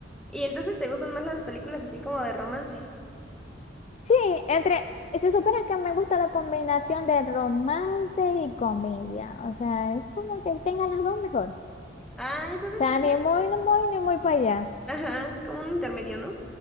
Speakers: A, in the centre; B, on the left.
A: Y entonces te gustan más las películas así como de romance.
B: Sí, entre, se supone que me gusta la combinación de romance y comedia. O sea, es como que tenga las dos mejor.
A: Ah, ¿sabes
B: sea,
A: cuál?
B: ni muy, no muy, ni muy para allá.
A: Ajá, como un intermedio, ¿no?